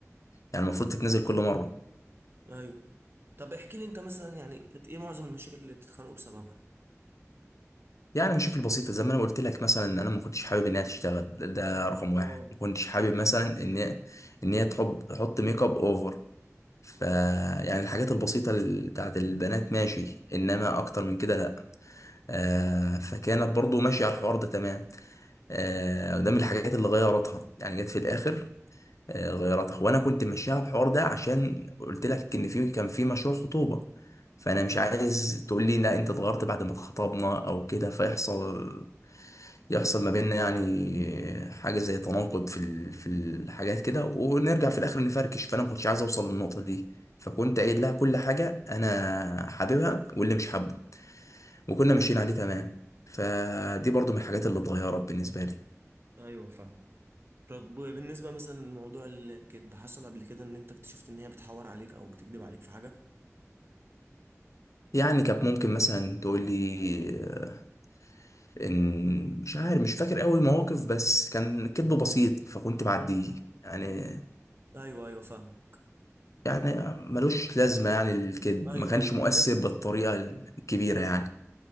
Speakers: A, on the left; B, on the right.
A: يعني المفروض تتنازل كل مرة
B: ايوه طب احكي لي انت مثلا يعني كانت ايه معظم المشاكل اللي بتتخانقوا بسببها
A: يعني مشاكل بسيطة زي ما أنا قلت لك مثلا إن أنا ما كنتش حابب إنها تشتغل ده ده رقم واحد
B: اه
A: ما كنتش حابب
B: ماشي
A: مثلا إن إن هي تحب تحط ميك اب أوفر ف يعني الحاجات البسيطة ال- بتاعت البنات ماشي إنما أكتر من كده لأ آه فكانت برضو ماشية على الحوار ده تمام آه ده من الحاجات اللي غيرتها يعني جت في الآخر آه غيرتها وأنا كنت ماشية على الحوار ده عشان قلت لك إن في كان في مشروع خطوبة فأنا مش عايز تقول لي لا أنت اتغيرت بعد ما اتخطبنا أو كده فيحصل يحصل ما بيننا يعني حاجة زي تناقض في ال- في الحاجات كده ونرجع في الآخر نفركش فأنا ما كنتش عايز أوصل للنقطة دي فكنت قايل لها كل حاجة أنا حاببها واللي مش حابه وكنا ماشيين عليه تمام فدي برضو من الحاجات اللي اتغيرت بالنسبة لي
B: ايوه فاهم طب بالنسبة مثلا لموضوع الكذب حصل قبل كده ان انت اكتشفت ان هي بتحور عليك او بتكذب عليك في حاجة
A: يعني كانت ممكن مثلا تقول لي إن مش عارف مش فاكر قوي مواقف بس كان كذب بسيط فكنت بعديه
B: مم.
A: يعني
B: ايوه ايوه فاهم
A: يعني ملوش لازمة يعني الكذب
B: ايوه
A: ما كانش
B: ايوه
A: مؤثر
B: حاجات
A: بالطريقة الكبيرة يعني